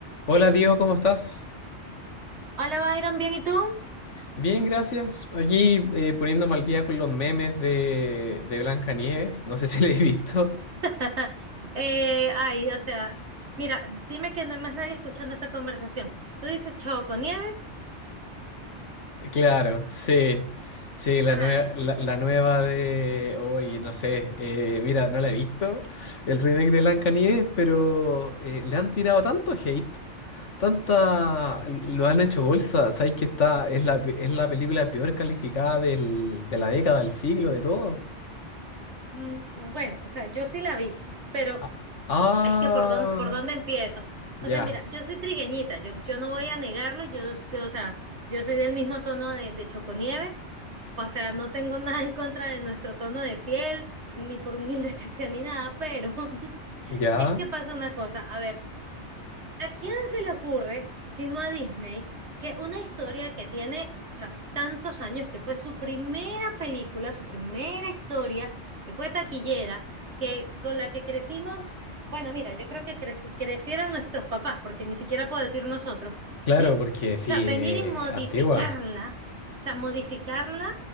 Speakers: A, on the left; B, on the right.
A: Hola, tío, ¿cómo estás?
B: Hola, Byron, ¿bien y tú?
A: Bien, gracias. Aquí eh, poniéndome al día con los memes de, de Blancanieves. No sé <laughs> si lo he visto.
B: <laughs> Eh, ay, o sea, mira, dime que no hay más nadie escuchando esta conversación. Tú dices Choco Nieves.
A: Claro, sí. Sí, la
B: Ay,
A: nueva, la, la nueva de. hoy. no sé. eh, mira, no la he visto. El remake de Blancanieves, pero eh, le han tirado tanto hate. Tanta. Lo han hecho bolsa. Sabéis que está. Es la, pe- es la película peor calificada del- de la década, del siglo, de todo.
B: mm, bueno, o sea, yo sí la vi, pero
A: Ah, ah,
B: es que por dónde, por dónde empiezo.
A: ya.
B: O sea, mira, yo soy trigueñita, yo, yo no voy a negarlo, yo, yo, o sea, yo soy del mismo tono de, de Choco Nieves, o sea, no tengo <laughs> nada en contra de nuestro tono de piel, ni por humilde <laughs> que sea, ni nada, pero <laughs>
A: Ya,
B: es que pasa una cosa, a ver. ¿a quién se le ocurre, sino a Disney, que una historia que tiene, o sea, tantos años, que fue su primera película, su primera historia, que fue taquillera, que con la que crecimos, bueno, mira, yo creo que creci- crecieron nuestros papás, porque ni siquiera puedo decir nosotros,
A: claro,
B: ¿sí?
A: porque
B: O
A: sí,
B: sea, venir
A: eh,
B: y modificarla,
A: antigua,
B: o sea, modificarla